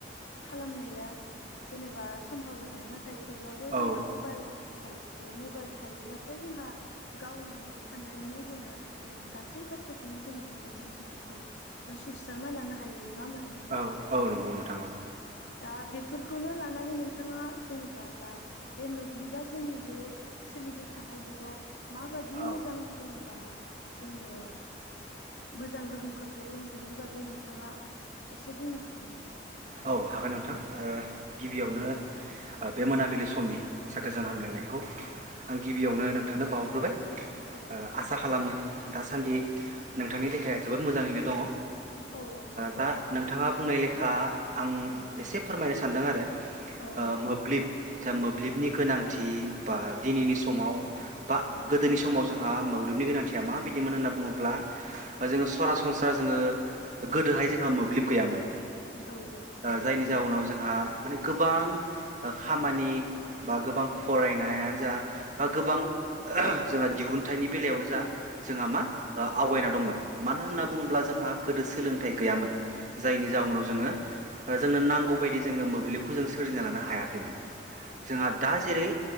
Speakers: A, on the left; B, on the right.
A: खालामनाया जेनेबा सम्भब नङा नाथाय थेवब्लाबो
B: औ
A: जोंहा मबाइल औ बे मबाइल थायोब्लाथाय जोंहा गावनो नआव थानानैनो जोंना जों गासै बाथ्राखौनो जोङो जेंना जेंसिफोरखौ जों सुस्रांना लानो हायो नङा होमबा नोंथां?
B: औ औ नंगौ नोंथां औ।
A: दा बेफोरखौनो लानानै नोंथाङा जेनेबा दा बे मोब्लिबा जोंनि बे सोलिबाय थानाय जुगाव माबा दि
B: औ
A: मोजां जेनेबा जोंनो मोजां गोहोम खोख्लैदों बेनि बागै नोंथाङा एसे बुंनो हागोन ना?
B: औ हागोन नोंथां
A: औ दे
B: गिबियावनो आरो बे मोनाबिलि समनि गोजोन
A: औ
B: हामलायनायखौ आं गिबियावनो
A: औ
B: नोंथांनो बावग्रोबाय
A: औ औ
B: आसा खालामो दासान्दि नोंथांनि देहाया जोबोद मोजाङैनो दङ।
A: औ औ दं नोंथां
B: दा
A: दं
B: नोंथाङा बुंनाय ले खा आं
A: औ
B: एसे फोरमायनो सान सान्दों आरो।
A: औ औ
B: मोब्लिब जा मोब्लिबनि गोनांथि बा दिनैनि समाव बा
A: औ
B: गोदोनि समाव जों। जोंहा मोब्लिबनि गोनांथिया माबायदिमोन होनना बुङोब्ला
A: औ
B: जोङो सरासन स्रा जोङो गोदोहाय जोंहा मोब्लिब गैयामोन।
A: औ औ
B: जायनि जाउनाव जोंहा माने गोबां खामानि बा गोबां फरायनायानो जा बा गोबां जोंहा दिहुनथाइनि बेलायावनो जा। जोंहा मा आवगायना दंमोन। मानो होनना बुङोब्ला जोंहा गोदो सोलोंथाइ गैयामोन जायनि जाउनाव जोङो जोंनो नांगौ बायदि जोङो मोब्लिबखौ जों सोरजिना लानो हायाखैमोन जोंहा दा जेरै